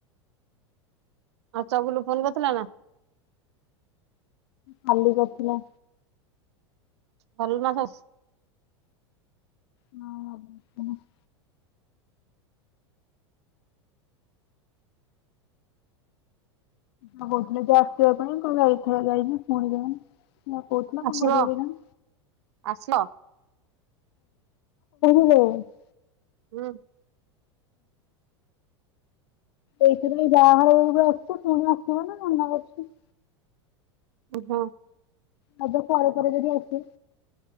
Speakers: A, on the right; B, on the left.
A: ଆଉ ଚଗୁଲୁ ଫୋନ କରିଥିଲା ନା?
B: ହଁ କାଲି କରିଥିଲା।
A: ଭଲ ନା ସବୁ
B: ହଁ <unintelligible> କଣ କହୁଥିଲେ ଯେ ଆସିବା ପାଇଁ କହିଲା ଏଇଥର ଯାଇନି ଫୁଣି ଯାଇନି। ମତେ କୋହୁଥିଲା
A: ଆସିବ
B: କଣ କରିବ କେଜାଣି।
A: ଆସିବ
B: <inaudible> <unintelligible>
A: ହୁଁ।
B: ଏଥରିକ ଯାହା ହୋଉ <unintelligible> ଫୁଣି ଆସିବ ନା ମନା କରୁଚି।
A: ଓହୋ।
B: ରଜ ପରେ ପରେ ଯଦି ଅଛ।